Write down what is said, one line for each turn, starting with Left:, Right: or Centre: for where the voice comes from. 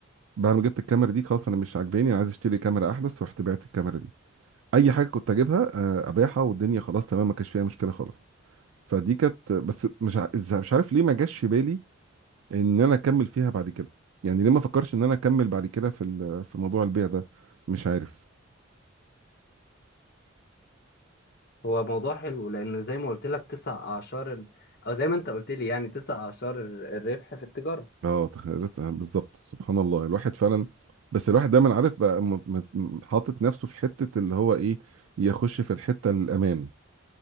Right: بعد ما جبت الكاميرا دي خلاص انا مش عاجباني انا عايز اشتري كاميرا احدث رحت بعت الكاميرا دي اي حاجه كنت اجيبها آه، ابيعها والدنيا خلاص تمام ما كانش فيها مشكله خالص فدي كانت بس مش ع- إز- مش عارف ليه ما جاش في بالي ان انا اكمل فيها بعد كده يعني ليه ما فكرش ان انا اكمل بعد كده في ال- في موضوع البيع ده مش عارف
Left: هو موضوع حلو لأن زي ما قلت لك تسع أعشار ال... أو زي ما أنت قلت لي يعني تسع أعشار ال- الربح في التجارة
Right: اه تخيل لسه- بالظبط سبحان الله الواحد فعلا بس الواحد دايما عارف بقى م- م- م- حاطط نفسه في حته اللي هو ايه يخش في الحته الامان